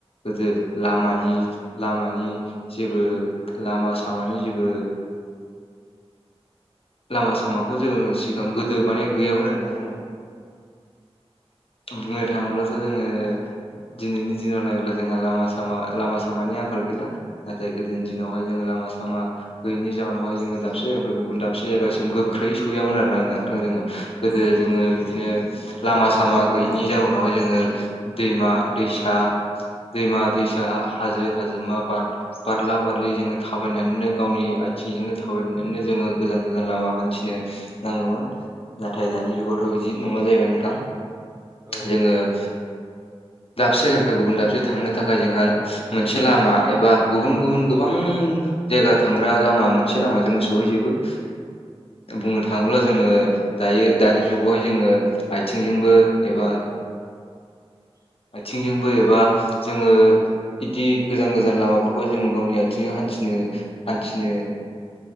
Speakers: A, on the left; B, on the right.
A: गोदो लामानि लामानि जेबो लामा सा सामानि जेबो लामा सामाखौ जोङो सिगां गोदो माने गैयामोन आरोना जोङो ओ बुंनो थाङोब्लासो जोङो दिनैनि दिनाव नायोब्ला जोंहा लामा सामा लामा सामानि आंखाल गैला नाथाय गोदो दिनावहाय जोङो लामा सामा गैयिनि जाउनावहाय जोङो दाबसे जायगानिफ्राय गुबुन दा बसे जायगासिम गोख्रै सहैयामोन आरोना नोंथां जोङो गोदो
B: औ
A: जोङो
B: नोंथां
A: बिदिनो लामा सामा
B: लामा
A: गैयिनि जाउनावहाय जोङो दैमा दैसा दैमा दैसा हाजो हाजोमा बार बारला बारलि जोङो थाबायनानैनो गावनि आइथिंजोंनो थाबायनानैनो जोङो गोजान गोजान लामा हान्थिनो नाङोन नाथाय दानि जुगावथ' बिदि नंला जाहैबाय नोंथां
B: औ
A: जोङो
B: नोंथां
A: <inaudible> दाबसे जायगानिफ्राय गुबुन दाबसे थांनो थाखाय जोंहा मोनसे लामा एबा गुबुन गुबुन गोबां जायगा थांग्रा लामा मोनसे लामाजोंनो सहैजोबो बुंनो थाङोब्ला जोङो दायो दानि जुगावहाय जोङो आइथिंजोंबो एबा
B: <inaudible>
A: आइथिंजोंबो एबा जोङो इदि गोजान गोजान लामाफोरखौहाय जों गावनि आथिंजों हान्थिनो हान्थिनो